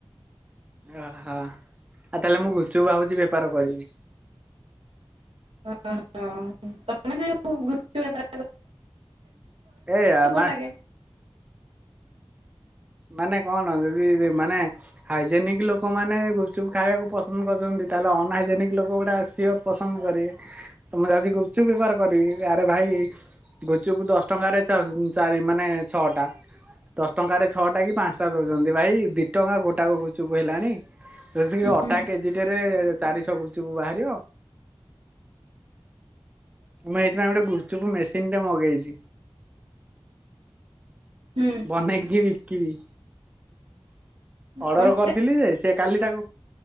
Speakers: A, on the right; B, on the right.
A: ଓହୋ ଆଉ ତାହେଲେ ମୁଁ ଗୁପଚୁପ ଭାବୁଛି ବେପାର କରିବି।
B: ହଁ ହଁ। <unintelligible> ସେମତି <unintelligible> ଟା ବି
A: ଏ
B: ଭଲ
A: ମା
B: ଲାଗେ।
A: ମାନେ କଣ ଯଦି ମାନେ ହାଇଜେନିକ ଲୋ ଲୋକମାନେ ଗୁପଚୁପ୍ ଖାଇବାକୁ ପସନ୍ଦ କରୁଛନ୍ତି ତାହେଲେ ଅନହାଇଜେନିକ ଲୋକ ଗୁଡା ସିଓର ପସନ୍ଦ କରିବେ ତ ମୁଁ ଯାଉଚି ଗୁପଚୁପ ବେପାର କରିବି ଆରେ ଭାଇ ଗୁପଚୁପ୍ ଦଶ ଟଙ୍କାରେ ଚା-ଚାରି ମାନେ ଛଅଟା ଦଶ ଟଙ୍କାରେ ଛଅଟା କି ପାଞ୍ଚଟା ଦଉଛନ୍ତି। ଭାଇ ଦି ଟଙ୍କା ଗୋଟାକ ଗୁପଚୁପ ହେଲାଣି ଯୋଉଠିକି ଅଟା
B: ହୁଁ
A: କେଜି ଟେରେ ଚାରିଶହ ଗୁପଚୁପ ବାହାରିବ। ମୁଁ ଏଇଥିପାଇଁ ଗୋଟେ ଗୁପଚୁପ ମେସିନଟେ ମଗେଇଚି।
B: ହୁଁ
A: ବନେଇକି ବି କିବି ଅର୍ଡର
B: କଣଟେ?
A: କରିଥିଲି ଯେ ସେ କାଲି ତାକୁ